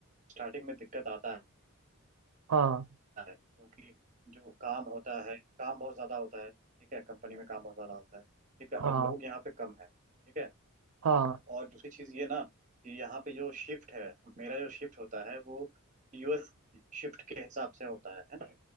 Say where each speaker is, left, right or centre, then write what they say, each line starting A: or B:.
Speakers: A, on the right; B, on the right.
A: स्टार्टिंग में दिक्कत आता
B: हाँ
A: है क्योंकि जो काम होता है काम बहुत ज्यादा होता है ठीक है कंपनी में काम बहुत ज्यादा होता है ठीक है
B: हाँ
A: और लोग यहाँ पे कम है ठीक है
B: हाँ
A: और दूसरी चीज ये ना कि यहाँ पे जो शिफ्ट है मेरा जो शिफ्ट होता है वो यूएस शिफ्ट के हिसाब से होता है है ना